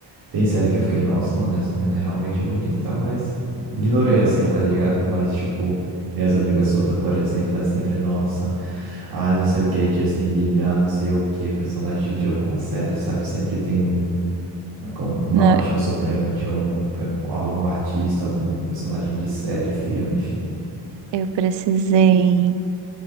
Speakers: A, on the right; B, on the right.
A: tem série que eu fiquei, nossa, mano, essa mina é realmente bonita e tal, mas ignorei
B: <laughs>
A: assim, tá ligado? Mas, tipo, minhas amigas Soda, por exemplo, elas sempre, nossa, ah, não sei o que, Justin Bieber, ah, não sei o que, personagem de alguma série, sabe? Sempre tem um, uma, com- uma
B: Não,
A: paixão suprema de algum, pe- algum artista, algum personagem de série, filme, enfim.
B: eu precisei.